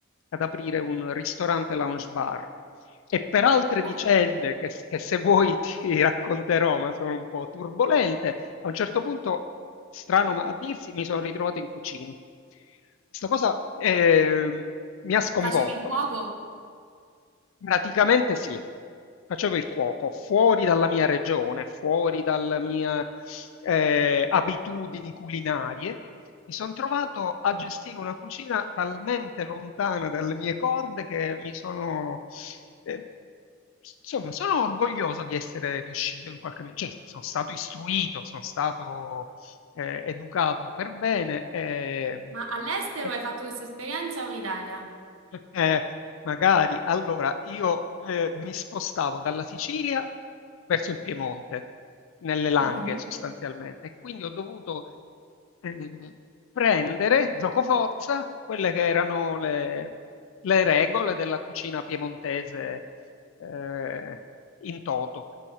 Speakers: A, on the left (about 70°); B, on the right (about 75°).
A: ad aprire un ristorante lounge bar e per altre
B: Bene.
A: vicende che, s- che se vuoi <laughs> ti racconterò, ma sono un po' turbolente, a un certo punto, strano ma a dirsi, mi sono ritrovato in cucina. Questa cosa eh, mi ha sconvolto.
B: Facevi il cuoco?
A: Praticamente sì. Facevo il cuoco fuori dalla mia regione, fuori dalle mie eh, abitudini culinarie. Mi sono trovato a gestire una cucina talmente lontana dalle mie corde che mi sono, eh, insomma, sono orgoglioso di essere riuscito in qualche modo. Cioè, sono stato istruito, sono stato eh, educato per bene. eh,
B: Ma all'estero
A: E,
B: hai fatto questa esperienza o in Italia?
A: eh, magari. Allora, io eh, mi spostavo dalla Sicilia verso il Piemonte, nelle Langhe
B: Mhm.
A: sostanzialmente, e quindi ho dovuto eh, prendere, giocoforza, quelle che erano le, le regole della cucina piemontese eh, in toto.